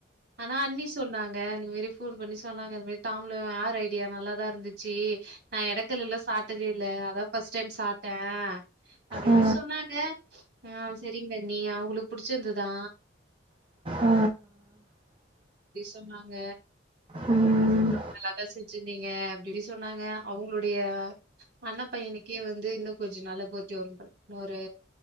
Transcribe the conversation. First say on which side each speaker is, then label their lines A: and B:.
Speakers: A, on the right (about 55°); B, on the right (about 25°).
A: ஆனா அண்ணி சொன்னாங்க அந்த மாரி ஃபோன் பண்ணி சொன்னாங்க இது மாரி தாம்புலோ யார் ஐடியா நல்லாதா இருந்துச்சு நா எடக்கல்லுல சாப்டதே இல்ல அதா ஃபஸ்ட் டைம் சாப்ட்ட அப்டின்னு
B: ஆ
A: சொன்னாங்க ஆ செரிங்கண்ணி அவுங்களுக் புடிச்சிருந்துதா
B: ஆ
A: அப்டி சொன்னாங்க
B: ம்
A: நல்லாதா செஞ்சிருந்தீங்க அப்டின்னு சொன்னாங்க அவுங்ளுடைய அண்ண பையனுக்கே வந்து இன்னு கொஞ்சு நாள்ல பேத்ரே வரும் போல இன்னொரு